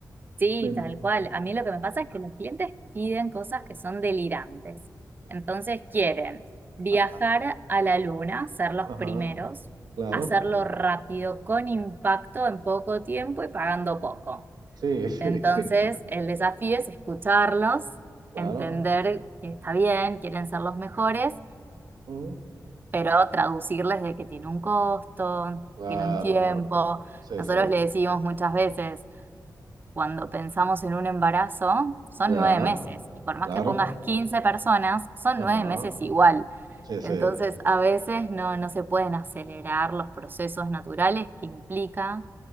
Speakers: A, on the right (about 30°); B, on the right (about 75°).
A: Sí,
B: Me im-
A: tal cual. A mí lo que me pasa es que los clientes piden cosas que son delirantes. Entonces quieren viajar
B: <laughs>
A: a la luna, ser los
B: Ajá,
A: primeros,
B: claro.
A: hacerlo rápido, con impacto, en poco tiempo y pagando poco.
B: Sí, <laughs> sí,
A: Entonces el desafío es escucharlos,
B: claro.
A: entender que está bien, quieren ser los mejores,
B: Mm,
A: pero traducirles de que tiene un costo,
B: Claro,
A: tiene un tiempo.
B: claro. Sí,
A: Nosotros
B: sí.
A: le decimos muchas veces, cuando pensamos en un embarazo, son
B: Ya,
A: nueve meses, y por más
B: claro.
A: que pongas 15 personas, son
B: Ajá.
A: nueve meses igual.
B: Sí, sí.
A: Entonces,
B: Te
A: a veces no, no se pueden acelerar los procesos naturales que implica